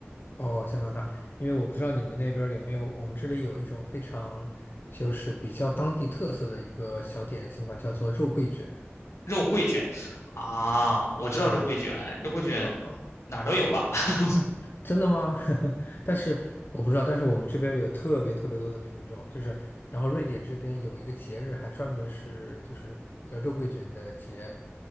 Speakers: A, on the left; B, on the left.
A: 哦，加拿大，因为我不知道你们那边儿有没有，我们这里有一种非常就是比较当地特色的一个小点心吧，叫做肉桂卷。
B: 肉桂卷啊，我知道肉桂卷，
A: 哎，
B: 肉桂卷哪儿都有吧？
A: 哦嗯
B: <laughs>
A: 真的吗？<laughs> 但是我不知道，但是我们这边有特别特别多的品种，就是，然后瑞典这边有一个节日，还专门是就是叫肉桂卷的节，